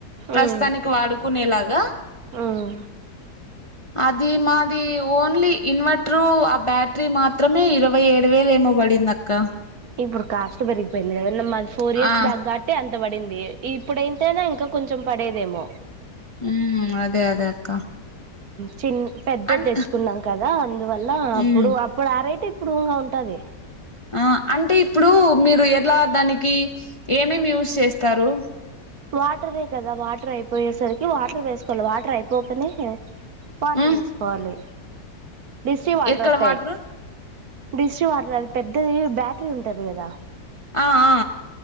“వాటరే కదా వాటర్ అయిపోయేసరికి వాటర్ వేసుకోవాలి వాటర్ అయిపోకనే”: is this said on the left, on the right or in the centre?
Right